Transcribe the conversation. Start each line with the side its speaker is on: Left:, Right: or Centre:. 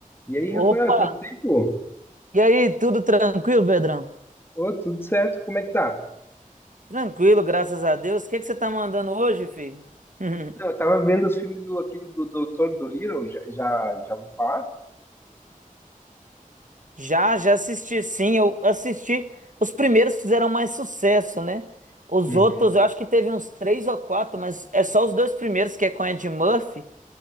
Left: E aí, Rafael,
Right: Opa!
Left: quanto tempo?
Right: E aí, tudo tranquilo, Pedrão?
Left: Ô, tudo certo, como é que tá?
Right: Tranquilo, graças a Deus. O que que você tá mandando hoje, filho? <laughs>
Left: Então, eu tava vendo os filmes do aquele do Doutor Dolittle, já, já, já ouviu falar?
Right: Já, já assisti, sim. Eu assisti. Os primeiros fizeram mais sucesso, né? Os
Left: Uhum,
Right: outros, eu acho que teve uns três ou quatro, mas é só os dois primeiros que é com Ed Murphy.